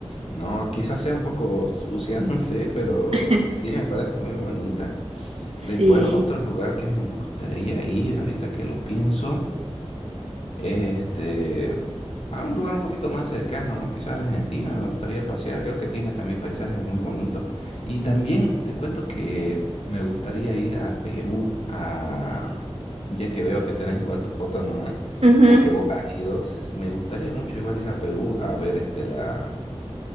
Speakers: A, on the left; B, on the right.
A: No, quizás sea un poco sucia, <laughs> no sé, pero
B: <laughs>
A: sí me parece muy bonita.
B: Sí.
A: Después, otro lugar que me gustaría ir, ahorita que lo pienso, es este, a un lugar un poquito más cercano, ¿no? Quizás Argentina, me gustaría pasear, creo que tiene también paisajes muy bonitos. Y también te cuento que me gustaría ir a Perú, a... ya que veo que tenés igual tu foto, ¿no? ¿Eh?
B: Ujú,
A: O que vos has ido, s- me gustaría mucho igual ir a Perú a ver este, la...